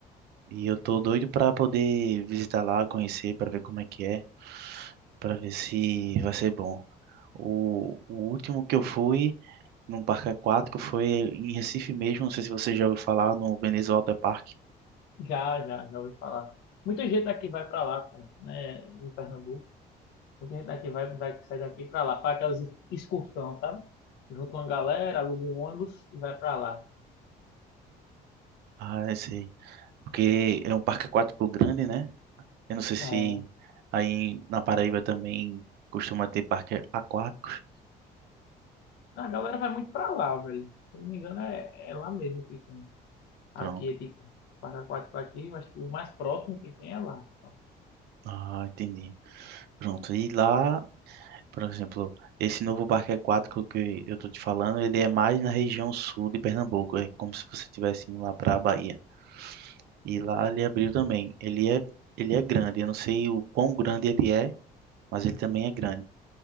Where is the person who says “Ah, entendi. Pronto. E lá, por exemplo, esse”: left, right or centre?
Right